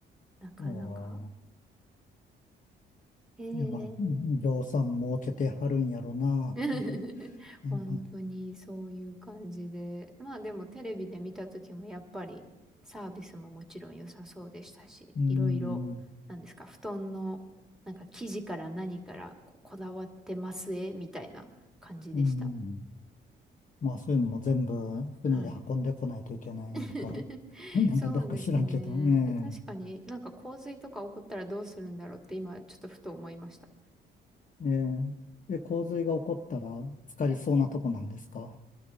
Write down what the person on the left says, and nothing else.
いやー、
いや、まあ、ぎょうさん儲けてはるんやろなって、
なんか、
うん、
うん。まあ、そういうのも全部船で運んでこないといけないんか、
<laughs> なんかどうか知らんけど、
え
えええで、洪水が起こったら、浸かりそうなとこなんですか